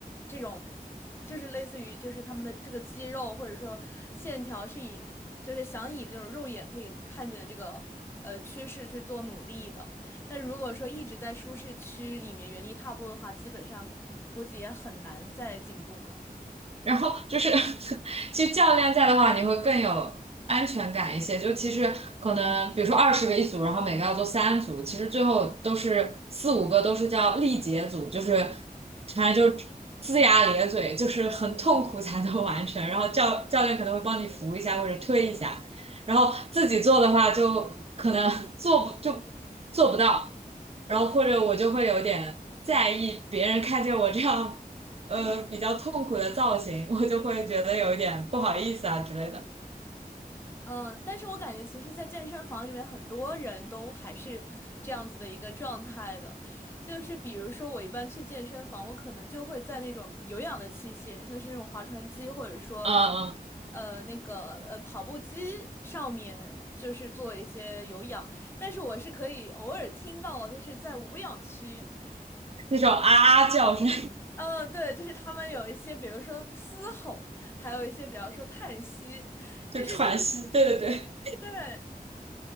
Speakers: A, on the left; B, on the right.
A: 这种，就是类似于就是他们的这个肌肉或者说线条是以，就是想以这种肉眼可以看见的这个呃趋势去做努力的。那如果说一直在舒适区里面原地踏步的话，基本上估计也很难再进步了。
B: 然后就是，<laughs> 其实教练在的话，你会更有安全感一些。就其实可能，比如说二十个一组，然后每个要做三组，其实最后都是四五个都是叫力竭组，就是反正就是龇牙咧嘴，就是很痛苦才能完成。然后教教练可能会帮你扶一下或者推一下，然后自己做的话就可能 <laughs> 做不就做不到，然后或者我就会有点在意别人看见我这样。呃比较痛苦的造型，<laughs> 我就会觉得有一点不好意思啊之类的。
A: 嗯，但是我感觉其实，在健身房里面，很多人都还是这样子的一个状态的，就是比如说我一般去健身房，我可能就会在那种有氧的器械，像是那种划船机，或者说
B: 嗯嗯，
A: 呃那个呃跑步机上面，就是做一些有氧。但是我是可以偶尔听到，就是在无氧区。
B: 那种啊啊叫声，
A: 嗯，对，就是他们有一些，比如说嘶吼，还有一些，比方说叹息，
B: <laughs>
A: 但是就是
B: 就喘息。对对对，
A: 对